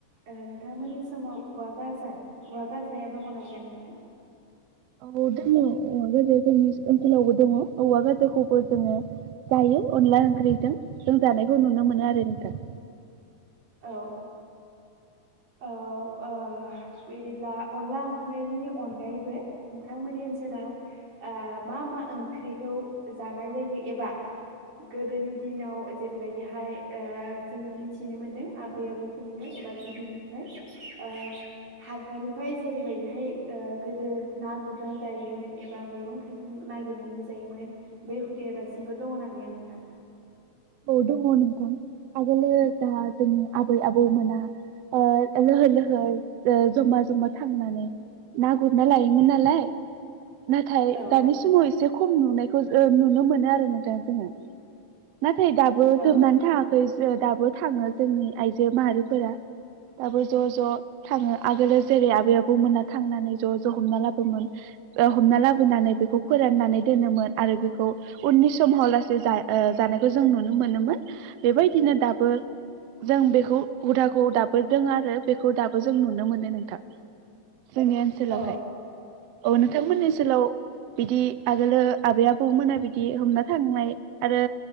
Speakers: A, on the right (about 85°); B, on the right (about 70°).
A: ओ नोंथांमोननि समाव उवा गाजा उवा गाजाया दङ ना गैया नोंथां
B: औ दोङो ओ गोदो जोंनिस ओनसोलावबो दङ औवा गाजाखौबो जोङो जायो अनला ओंख्रिजों जों जानायखौ नुनो मोनो आरो नोंथां
A: औ औ ओ बिदिब्ला अनला ओंख्रैनि अनगायैबो नोंथांमोननि ओनसोलाव ओ ओ मा मा ओंख्रिखौ जानाय जायो एबा गोदोनि दिनाव जेरैबायदिहाय ओ जोङो मिथिनो मोन्दों आबै आबौ फोरनिफ्राय एबा गिदिरनिफ्राय ओ हाग्रानिफ्राय जेरैबायदिहाय ओ गोदो ना गुरना जायोमोन एबा मैगं थाइगं नागिरनानै जायोमोन बे हुदाया दासिमबो दङना गैया नोंथां
B: औ दङ नोंथां आगोलो जा जोंनि आबै आबौमोना ओ लोहोर लोहोर ओ जमा जमा थांनानै ना गुरना लायोमोन नालाय नाथाय
A: औ
B: दानि समाव एसे खम नुनायखौ ओ नुनो मोनो आरो नोंथां जोङो थै दाबो
A: औ
B: जोबनानै थाङाखै जो दाबो थाङो जोंनि आइजो माहारिफोरा दाबो ज' ज' थाङो आगोलो जेरै आबै आबौमोना थांनानै ज' ज' हमना लाबोमोन ओ हमना लाबोनानै बेखौ फोराननानै दोनोमोन आरो बेखौ उननि समहाव लासे जा ओ जानायखौ जों नुनो मोनोमोन बेबायदिनो दाबो जों बेखौ हुदाखौ दाबो दों आरो बेखौ दाबो जों नुनो मोनो नोंथां जोंनि ओनसोलावहाय
A: औ
B: औ नोंथांमोननि ओनसोलाव बिदि आगोलो आबै आबौमोना बिदि हमना थांनाय आरो